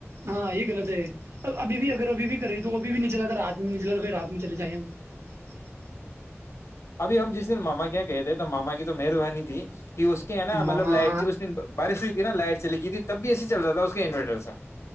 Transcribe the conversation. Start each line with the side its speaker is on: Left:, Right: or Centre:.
Right: ہاں یہ غلط ہے ابھی بھی اگر ابھی بھی کری تو وہبھی بھی نہیں چلاتا تھا رات میں نہیں چلا توائی رات میں چل جائیں ہم بچ
Left: ابھی ہم جس دن ماما کیا کہے تھے تو ماما کی تو مہربانی تھی کہ اس کے نا مطلب
Right: ماما
Left: لائٹ اس دن بارش نا لائٹ چلی گئی تب بھی ایسے چلتا تھا اس کے انوریٹر سے